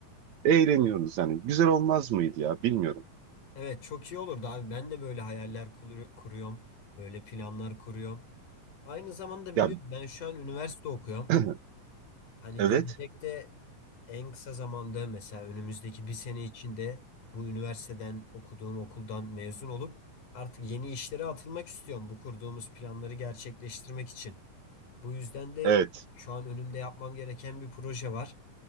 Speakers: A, on the right (about 60°); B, on the left (about 65°).
A: Eğleniyoruz yani güzel olmaz mıydı ya bilmiyorum.
B: Evet çok iyi olurdu abi. Ben de böyle hayaller kuru- kuruyorum. Böyle planlar kuruyorum. Aynı zamanda biliyorum
A: Ya
B: ben şu an üniversite okuyorum.
A: <clears throat>
B: Hani
A: evet
B: gelecekte en kısa zamanda mesela önümüzdeki bir sene içinde bu üniversiteden okuduğum okuldan mezun olup artık yeni işlere atılmak istiyorum. Bu kurduğumuz planları gerçekleştirmek için. Bu yüzden de
A: evet
B: şu an önümde yapmam gereken bir proje var.